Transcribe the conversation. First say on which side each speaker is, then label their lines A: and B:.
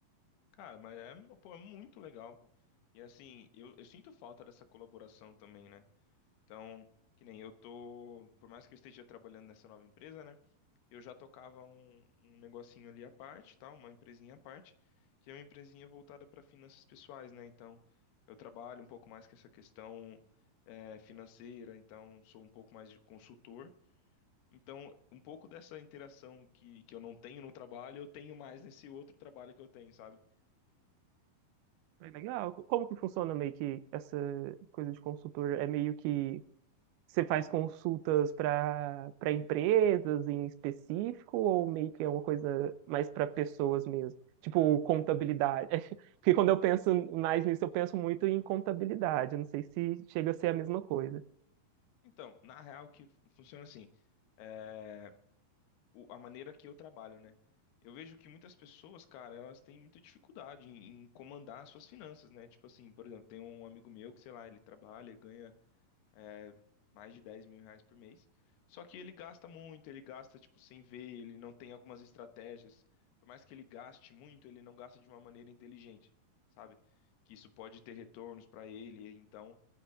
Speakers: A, on the left; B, on the right.
A: Cara, mas é, pô, é muito legal. E assim, eu, eu sinto falta dessa colaboração também, né? Então, que nem eu tô, por mais que eu esteja trabalhando nessa nova empresa, né? Eu já tocava um, um negocinho ali à parte, tá? Uma empresinha à parte, que é uma empresinha voltada para finanças pessoais, né? Então, eu trabalho um pouco mais com essa questão eh, financeira, então sou um pouco mais de consultor. Então, um pouco dessa interação que, que eu não tenho no trabalho, eu tenho mais nesse outro trabalho que eu tenho, sabe?
B: É legal. Como que funciona meio que essa coisa de consultor? É meio que Você faz consultas para para empresas em específico ou meio que é uma coisa mais para pessoas mesmo? Tipo, contabilidade. <laughs> Porque quando eu penso mais nisso, eu penso muito em contabilidade. Eu Não sei se chega a ser a mesma coisa.
A: Então, na real, que funciona assim. eh, o- a maneira que eu trabalho, né? Eu vejo que muitas pessoas, cara, elas têm muita dificuldade em, em comandar as suas finanças, né? Tipo assim, por exemplo, tem um amigo meu que, sei lá, ele trabalha, ganha é, mais de dez mil reais por mês. Só que ele gasta muito, ele gasta, tipo, sem ver, ele não tem algumas estratégias. Por mais que ele gaste muito, ele não gasta de uma maneira inteligente, sabe? Que isso pode ter retornos para ele. Então,